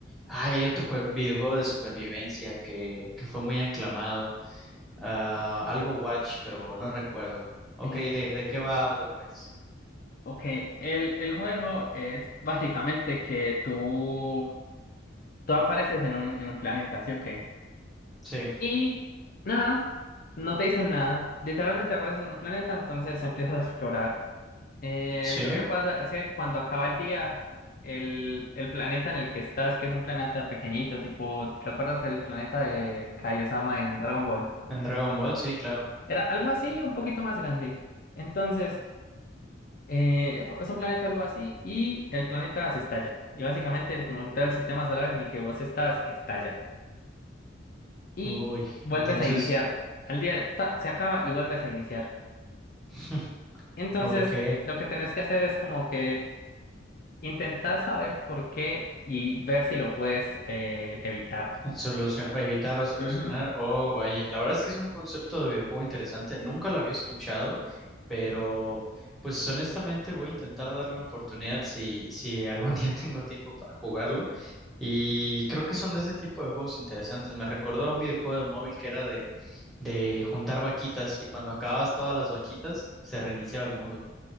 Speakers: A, in the centre; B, on the left.
A: Ay, hay otro jue- videojuego de supervivencia que, que fue muy aclamado. Ah, algo Watch, pero no recuerdo. Ok,
B: Eh,
A: ¿de, de qué va Outer Wilds?
B: ok, el, el juego es básicamente que tú, tú apareces en un, en un planeta, ¿sí o qué?
A: Sí,
B: Y nada, no te dicen nada. Literalmente apareces en un planeta, entonces empiezas a explorar. Eh,
A: sí,
B: lo que pasa es que cuando acaba el día, el, el planeta en el que estás, que es un planeta pequeñito, tipo, ¿recuerdas el planeta de Kaiosama en Dragon Ball?
A: en Dragon Ball, sí, claro.
B: Era algo así, un poquito más grande. Entonces, eh, es un planeta algo así y el planeta se estalla. Y básicamente como que todo el sistema solar en el que vos estás estalla. y
A: Uy,
B: vuelves
A: entonces,
B: a iniciar. Al día ta, se acaba y vuelves a iniciar.
A: <laughs>
B: Entonces,
A: ok.
B: lo que tenés que hacer es como que intentar saber por qué y ver si lo puedes eh, evitar.
A: Solución, evitar o solucionar.
B: Ujú.
A: Oh, vaya. La verdad es que es un concepto de videojuego interesante. Nunca lo había escuchado, pero pues honestamente voy a intentar darle una oportunidad si, si algún <laughs> día tengo tiempo para jugarlo. Y creo que son de ese tipo de juegos interesantes. Me recordó a un videojuego de móvil que era de, de juntar vaquitas y cuando acababas todas las vaquitas se reiniciaba el mundo.